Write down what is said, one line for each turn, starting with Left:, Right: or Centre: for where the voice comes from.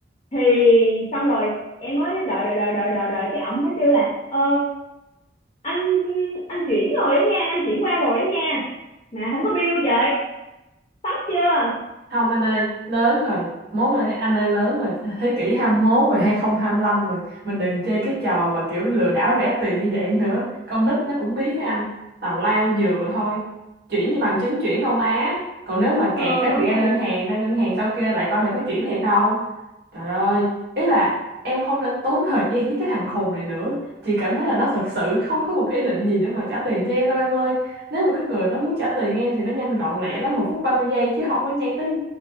Left: thì xong rồi em mới đợi đợi đợi đợi đợi đợi cái ổng mới kêu là ờ, anh anh chuyển rồi á nha anh chuyển qua rồi á nha mà không có bill chị sốc chưa
Right: không anh ơi lớn rồi mốt rồi anh ơi lớn rồi <laughs> thế kỷ 21 rồi hai hai không hai lăm rồi mình đừng chơi cái trò mà kiểu lừa đảo rẻ tiền như vậy nữa con nít nó cũng biết á anh tào lao dừa thôi chuyển như bằng chứng chuyển đâu má còn nếu mà
Left: ờ
Right: kẹt á
Left: đúng
Right: thì ra
Left: rồi
Right: ngân hàng ra ngân hàng sau kia lại coi mày có chuyển thiệt không trời ơi ý là em không nên tốn thời gian với cái thằng khùng này nữa chị cảm thấy là nó thật sự không có một cái ý định gì để mà trả tiền cho em đâu em ơi nếu mà cái người đó muốn trả tiền em thì nó nhanh gọn lẹ lắm một phút 30 giây chứ không có nhây tới